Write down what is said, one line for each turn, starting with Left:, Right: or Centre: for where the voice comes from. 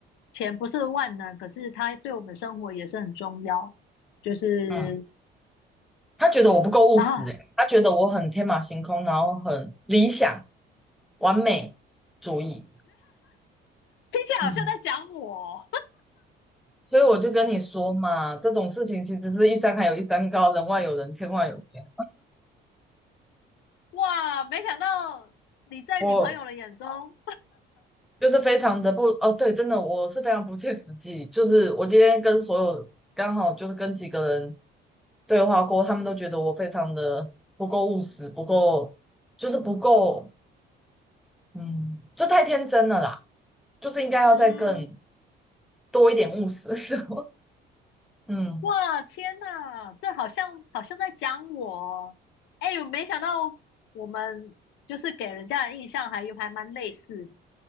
Left: 钱不是万能，可是它对我们生活也是很重要。就是，
Centre: 嗯，他觉得我不够务实、
Left: 然后
Centre: 欸，诶他觉得我很天马行空，然后很理想、完美主义。
Left: 听起来好像在讲我，
Centre: 嗯，所以我就跟你说嘛，这种事情其实是一山还有一山高，人外有人，天外有天。
Left: <laughs> 哇，没想到你在你朋友的眼中，
Centre: 我就是非常的不哦，对，真的我是非常不切实际。就是我今天跟所有刚好就是跟几个人对话过，他们都觉得我非常的不够务实，不够就是不够，嗯，就太天真了啦。就是应该要再更
Left: 嗯。
Centre: 多一点务实，<laughs> 嗯。
Left: 哇，天呐，这好像好像在讲我哦。哎，我没想到我们就是给人家的印象还有还蛮类似的，